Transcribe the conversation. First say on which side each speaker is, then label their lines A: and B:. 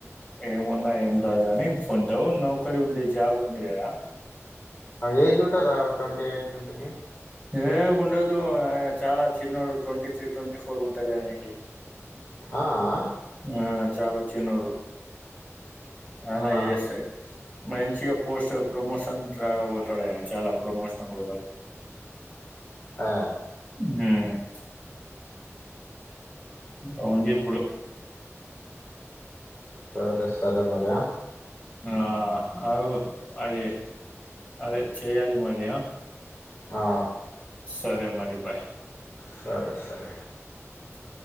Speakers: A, on the left (about 25°); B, on the left (about 50°).
A: ఏం ఉన్నా ఏం కాదు కాని కొంచెం నౌకరీ ఉంది జాబ్ ఉంది కదా
B: ఏజ్ ఉంటుందా ట్వంటీ ఎయిట్ ట్వంటీని
A: ఏ ఉండదు ఆయన చాలా చిన్నడు ట్వంటీ త్రీ ట్వంటీ ఫోర్ ఉంటది ఆయనకి
B: ఆ ఆ
A: ఆ చాలా చిన్నాడు ఆయన
B: అవునా
A: ఏఎస్ఐ మంచిగా పోస్ట్ ప్రమోషన్ రా పోతాడు చాలా ప్రమోషన్ పోతాడు
B: ఆ
A: ఉ అవుండి
B: ఆహా.
A: ఇప్పుడు
B: సరే సరే మరీ ఆ
A: ఆ అ అది అది చెయాలి మరి
B: ఆ
A: సరే మరి బై
B: సరే సరే
A: చ్